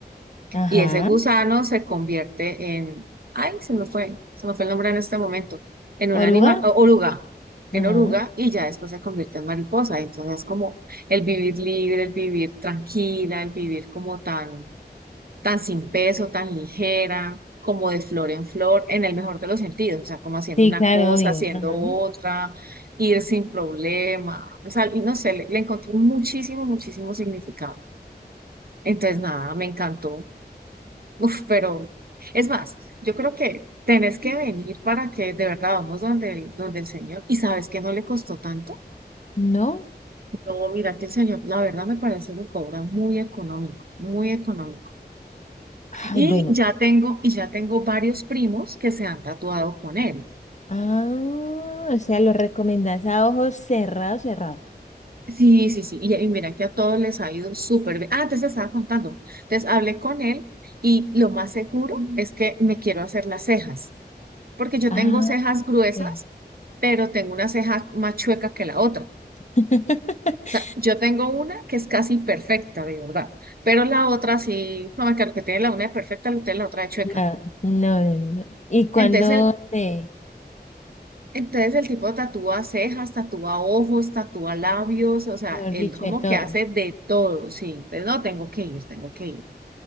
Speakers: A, on the left; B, on the right.
A: Ajá.
B: y ese gusano se convierte en, ay, se me fue, se me fue el nombre en este momento, en un
A: Oruga.
B: animal, o- oruga, en
A: Ajá.
B: oruga y ya después se convierte en mariposa. Entonces es como el vivir libre, el vivir tranquila, el vivir como tan tan sin peso, tan ligera, como de flor en flor, en el mejor de los sentidos, o sea, como haciendo
A: Sí,
B: una
A: claro,
B: cosa,
A: obvio.
B: haciendo
A: Ajá.
B: otra, ir sin problema, o sea, y no sé, le, le encontré muchísimo, muchísimo significado. Entonces, nada, me encantó. Uf, pero es más, yo creo que tenés que venir para que de verdad vamos donde el, donde el Señor, y sabes que no le costó tanto.
A: No.
B: No, mira que el Señor, la verdad me parece que cobra muy económico, muy económico.
A: Ay,
B: Y
A: bueno.
B: ya tengo, y ya tengo varios primos que se han tatuado con él.
A: Ah, o sea, lo recomendás a ojos cerrados, cerrados.
B: Sí, sí, sí. Y, y mira que a todos les ha ido súper bien. Ah, entonces te estaba contando. Entonces hablé con él y lo más seguro es que me quiero hacer las cejas, porque yo
A: Ah,
B: tengo cejas gruesas,
A: ok.
B: pero tengo una ceja más chueca que la otra.
A: <laughs>
B: O sea, yo tengo una que es casi perfecta, de verdad, pero la otra sí, no me acuerdo que tiene la una de perfecta, la otra de chueca.
A: No, no, no, no. no. ¿Y cuando
B: Entonces
A: te,
B: Entonces el tipo tatúa cejas, tatúa ojos, tatúa labios, o sea,
A: mejor
B: él
A: dicho,
B: como
A: de todo?
B: que hace de todo, sí. Entonces no, tengo que ir, tengo que ir.